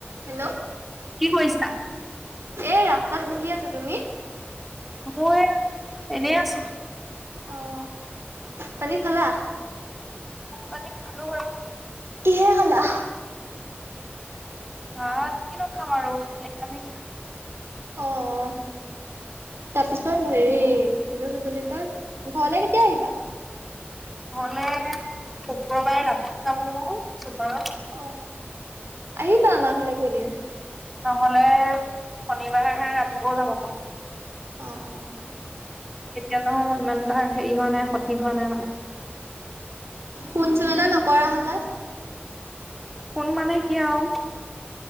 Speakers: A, on the right; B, in the centre.
A: Hello.
B: কি কৰিছা?
A: এ ৰাস্তাত বহি আছোঁ। তুমি?
B: মই এনেই আছোঁ।
A: অ', ভাত পানী খালা?
B: ভাত পানী খালো বাৰু।
A: কিহে খালা?
B: ভাত কিনো খাম আৰু নিৰামিষ।
A: অ'। তাৰ পিছত হেৰি, এটো কি বুলি কয় ঘৰলে কেতিয়া আহিবা?
B: ঘৰলে শুক্ৰবাৰে ৰাতিও যাব পাৰো
A: অ', আহিবা আমাৰ ঘৰলেকো এদিন।
B: নহ'লে শনিবাৰে ৰাতিপুৱাও যাব পাৰো।
A: অ'।
B: কেতিয়া যাওঁ মই ইমানটা হেৰি হোৱা নাই সঠিক হোৱা নাই মানে।
A: ফোন-চোন এটা নকৰা হ'লা।
B: ফোন মানে কি আৰু